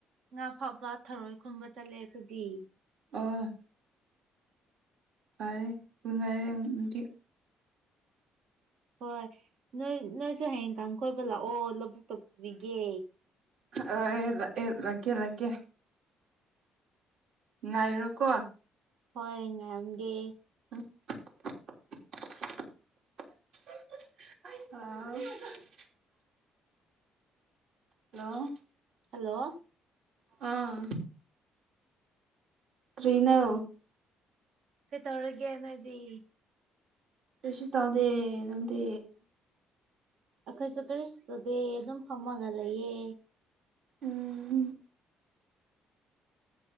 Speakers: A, on the right; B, on the right.
A: ꯉꯥ ꯐꯥꯎꯕ ꯊꯔꯣꯏ ꯈꯨꯝꯕ ꯆꯠꯂꯦ ꯑꯩꯈꯣꯏꯗꯤ
B: ꯑꯥ <unintelligible>
A: ꯍꯣꯏ ꯅꯣꯏ ꯅꯣꯏꯁꯨ ꯍꯌꯦꯡ ꯀꯥꯡ ꯀꫭꯏꯕ ꯂꯥꯛꯑꯣ ꯂꯧꯕꯨꯛꯇ ꯄꯨꯕꯤꯒꯦ
B: ꯑꯣ ꯂꯥꯛꯀꯦ ꯂꯥꯛꯀꯦ ꯉꯥꯏꯔꯣꯀꯣ
A: ꯍꯣꯏ ꯉꯥꯏꯔꯝꯒꯦ
B: <unintelligible> <unintelligible> ꯍꯜꯂꯣ
A: ꯍꯜꯂꯣ
B: ꯑꯥ ꯀ꯭ꯔꯤꯅꯣ
A: ꯀꯩꯇꯧꯔꯤꯒꯦ ꯅꯣꯏꯗꯤ
B: ꯀꯔꯤꯁꯨ ꯇꯧꯗꯦ ꯅꯪꯗꯤ
A: ꯑꯩꯈꯣꯏꯁꯨ ꯀꯔꯤꯁꯨ ꯇꯧꯗꯦ ꯑꯗꯨꯝ ꯐꯝꯃꯒ ꯂꯩꯌꯦ
B: ꯎꯝ